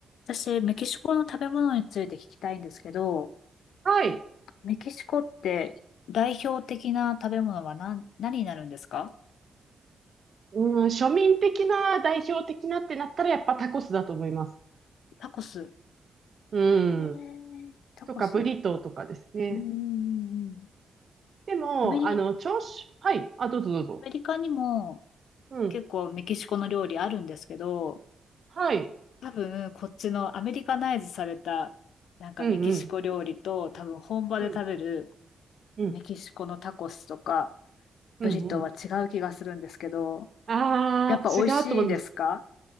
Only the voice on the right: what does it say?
はい。
うん、うん庶民的な、代表的なってなったら、やっぱタコスだと思います。
うん。
とか、ブリトーとかですね。
でも、
あの、
朝食、はい。あ、どうぞどうぞ。
うん。
はい。
うんうん。うんうん。
うんうん。
ああ、
違うと思います。